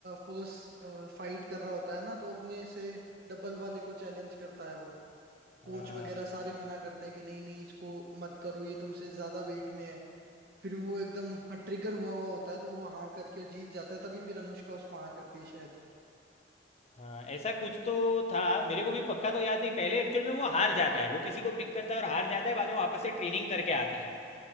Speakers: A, on the right; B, on the left.
A: फर्स्ट फाइट कर रहा होता है ना तो वो अपने से डबल वाले को चैलेंज करता है वो
B: हाँ
A: कोच वगैरह सारे मना करते हैं कि नहीं नहीं इसको मत करो ये तुमसे ज्यादा वेट में है फिर भी वो एकदम ट्रिगर हुआ हुआ होता है तो वो हाँ करके जीत जाता है तभी फिर अनुष्का उसको हाँ करती है शायद
B: हाँ ऐसा कुछ तो था मेरे को भी पक्का तो याद नहीं पहले एक्चुअल में वो हार जाता है वो किसी को पिक करता है और हार जाता है बाद में वापस से ट्रेनिंग करके आता है